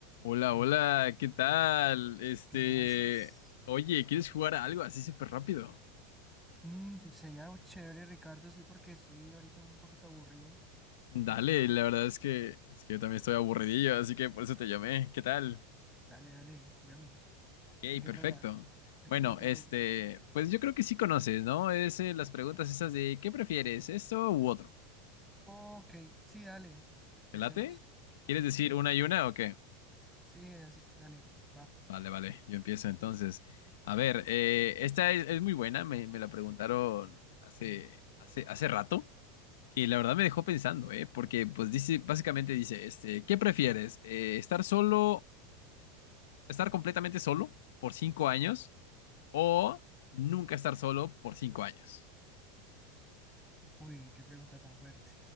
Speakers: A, on the left; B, in the centre.
A: Hola, hola, ¿qué tal? Este,
B: ¿Qué más estás?
A: oye, ¿quieres jugar a algo así súper rápido?
B: Mm, sería algo chévere, Ricardo, sí, porque estoy ahorita un poquito aburrido.
A: Dale,
B: Me podría entretener.
A: la verdad es que, es que yo también estoy aburridillo, así que por eso te llamé. ¿Qué tal?
B: Dale, dale, juguemos.
A: Ok,
B: ¿De qué
A: perfecto.
B: trata? ¿De
A: Bueno,
B: qué trata
A: este,
B: el juego?
A: pues yo creo que sí conoces, ¿no? Es eh, las preguntas esas de ¿qué prefieres, esto u otro?
B: Ok, sí, dale. Empecemos.
A: ¿Te late? ¿Quieres decir
B: Sí,
A: una y una o qué?
B: sí, así, dale, va.
A: Vale, vale, yo empiezo entonces. A ver, eh, esta es, es muy buena, me, me la preguntaron hace, hace, hace rato. Que la verdad me dejó pensando, ¿eh? Porque pues dice, básicamente dice, este, ¿qué prefieres? Eh, ¿estar solo, estar completamente solo por cinco años o nunca estar solo por cinco años?
B: Uy, qué pregunta tan fuerte.